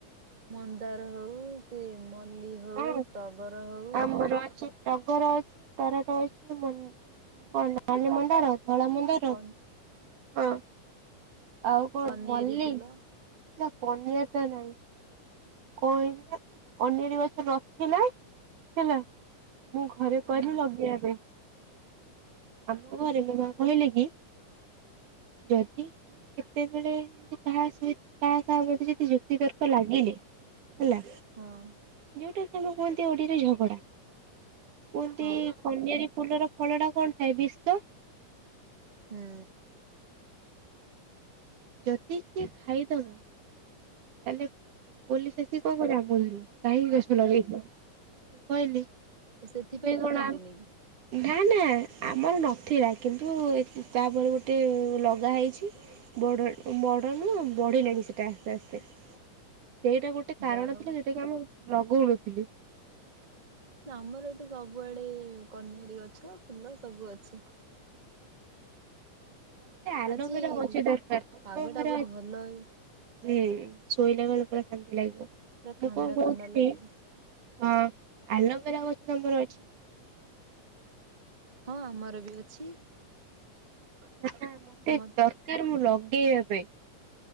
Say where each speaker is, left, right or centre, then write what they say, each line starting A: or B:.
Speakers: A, on the right; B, on the right.
A: ମନ୍ଦାର ହଉ ସେ ମ ମଲ୍ଲୀ ହଉ
B: ହଁ
A: ଟଗର ହଉ
B: ଆମର ଅଛି ଟଗର ଅଛି ତରାଟ ଅଛି ମ ନାଲି ମନ୍ଦାର ଧଳା ମନ୍ଦାର।
A: କନ୍
B: ହଁ ଆଉ କଣ
A: କନିଆରୀ
B: ମଲ୍ଲୀ?
A: ଫୁଲ
B: ନା କନିଆରୀ ଟା ନାହିଁ କଣ ହେଇଛି ନା କନିଆରୀ ଗଛ ନଥିଲା ହେଲା ମୁଁ ଘରେ କହିଲି
A: ହଁ
B: ଲଗେଇବା ପାଇଁ ଆମ ଘରେ ମୋ ମା କହିଲେ କି ଯଦି କିଏ କେତେବେଳେ କାହା କାହା କାହା ଯଦି ଯୁକ୍ତି ତର୍କ ଲାଗିଲେ ହେଲା
A: ହଁ
B: ଯୋଉଟା କି ଆମ କୁହନ୍ତି ଓଡ଼ିଆରେ ଝଗଡା। କୁହନ୍ତି
A: ହଁ
B: କନିଆରୀ ଫୁଲର କଳଟା କଣ? ଥାଏ ବିଷ।
A: ହୁଁ
B: ଯଦି କିଏ ଖାଇଦବ ତାହେଲେ ପୋଲିସ ଆସି କଣ କରିବ ଆମକୁ ଧରିବ କାହିଁକି ଗଛ ଲଗେଇଥିଲ ମୁଁ କହିଲି
A: ସେଥିପାଇଁ ଲଗାନ୍ତିନି
B: କଣ ଆମେ
A: କି?
B: ନା ନା ଆମର ନଥିଲା କିନ୍ତୁ ତାପରେ ଗୋଟେ ଲଗା ହେଇଛି ବଡ଼ ବଡ଼ ନୁହଁ ବଢ଼ିଲାଣି ସେଇଟା ଆସ୍ତେ ଆସ୍ତେ। ସେଇଟା ଗୋଟେ କାରଣ
A: ଯାହା
B: ଥିଲା
A: ହଉ
B: ଯୋଉଟା କି ଆମର ଲଗଉନଥିଲି।
A: ନା ଆମର ଏଠି ସବୁଆଡେ କନିଆରୀ ଗଛ ଫୁଲ ସବୁ ଅଛି।
B: ମତେ ଆଲୋଭେରା
A: ଆଜି
B: ଗଛ ଦରକାର
A: ପାଗ
B: ତମ ଘରେ
A: ଟା ବହୁତ
B: ଅଛି
A: ଭଲ ହେଇ
B: ହୁଁ ଶୋଇଲା ବେଳକୁ ପୁରା ଶାନ୍ତି ଲାଗିବ।
A: ପୁରା ଥଣ୍ଡା
B: ମୁଁ କଣ କହୁଥିଲି
A: ଥଣ୍ଡା ଲାଗୁଛି
B: ହଁ ଆଲୋଭେରା ଗଛ କିନ୍ତୁ ଆମର ଅଛି।
A: ହଁ ଆମର ବି ଅଛି।
B: ମତେ
A: ମ
B: ଦରକାର ମୁଁ ଲଗ ଦେବୋଇ